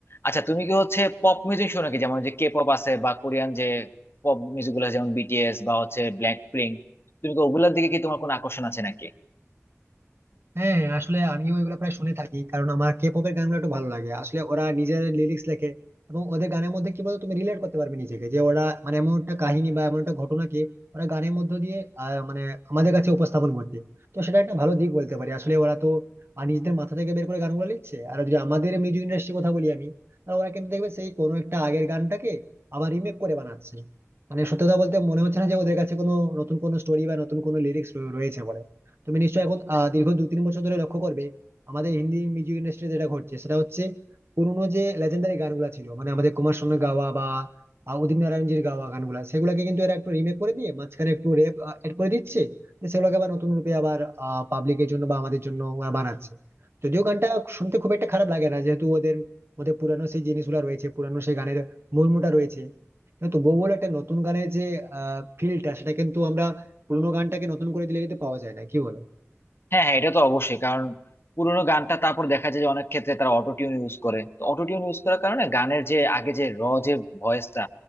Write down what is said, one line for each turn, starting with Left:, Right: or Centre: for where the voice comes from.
Left: আচ্ছা তুমি কি হচ্ছে পপ মিউজিক শোনো কি যেমন যে কে পপ আছে বা কোরিয়ান যে পপ মিউজিক গুলো আছে, যেমন বিটিএস বা হচ্ছে ব্ল্যাক পিঙ্ক তুমি কি ওগুলোর দিকে কি তোমার কোনো আকর্ষণ আছে নাকি
Right: হ্যাঁ আসলে আমিও এগুলো প্রায় শুনে থাকি কারণ আমার কে পপের গানগুলো একটু ভালো লাগে আসলে ওরা নিজের লিরিক্স লেখে এবং ওদের গানের মধ্যে কি বলতো তুমি রিলেট করতে পারবে নিজেকে যে ওরা মানে এমন একটা কাহিনী বা এমন একটা ঘটনাকে ওরা গানের মধ্য দিয়ে আহ, মানে আমাদের কাছে উপস্থাপন করছে তো সেটা একটা ভালো দিক বলতে পারি আসলে ওরা তো আহ, নিজেদের মাথা থেকে বের করে গানগুলো লিখছে আর যদি আমাদের মিউজিক ইন্ডাস্ট্রির কথা বলি আমি তাহলে ওরা কিন্তু দেখবে সেই কোনো একটা আগের গানটাকে আবার রিমেক করে বানাচ্ছে মানে সত্যি কথা বলতে মনে হচ্ছে না যে ওদের কাছে কোনো নতুন কোনো স্টোরি বা নতুন কোনো লিরিক্স রয়েছে বলে তুমি নিশ্চয়ই এখন আহ, দীর্ঘ দু তিন বছর ধরে লক্ষ্য করবে আমাদের হিন্দি মিউজিক ইন্ডাস্ট্রি যেটা ঘটছে সেটা হচ্ছে পুরোনো যে লেজেন্ডারি গানগুলো ছিল মানে আমাদের কুমার শানুর গাওয়া বা আহ, উদিত নারায়ণজীর গাওয়া গানগুলা সেগুলোকে কিন্তু এরা একটু রিমেক করে দিয়ে মাঝখানে একটু রেপ এড করে দিচ্ছে তো সেগুলোকে আবার নতুন রূপে আবার পাবলিকের জন্য বা আমাদের জন্য ওরা বানাচ্ছে যদিও গানটা শুনতে খুব একটা খারাপ লাগে না যেহেতু ওদের ওদের পুরানো সেই জিনিসগুলো রয়েছে পুরানো সেই গানের মর্মটা রয়েছে কিন্তু তবুও বলে একটা নতুন গানের যে ফিলটা সেটা কিন্তু আমরা পুরোনো গানটাকে নতুন করে দিলে কিন্তু পাওয়া যায় না কি বলো
Left: হ্যাঁ হ্যাঁ এটা তো অবশ্যই কারণ পুরোনো গানটা তারপর দেখা যায় যে অনেক ক্ষেত্রে তারা অটো টিউন ইউজ করে তো অটো টিউন ইউজ করার কারণে গানের যে আগে যে র যে ভয়েসটা